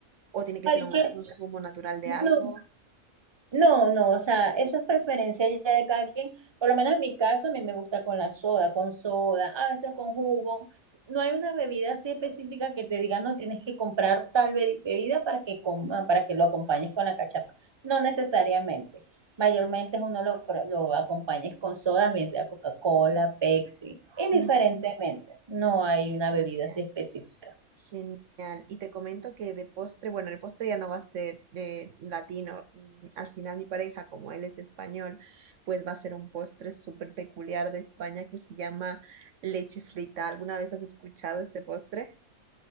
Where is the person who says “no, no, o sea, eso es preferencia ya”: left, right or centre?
Right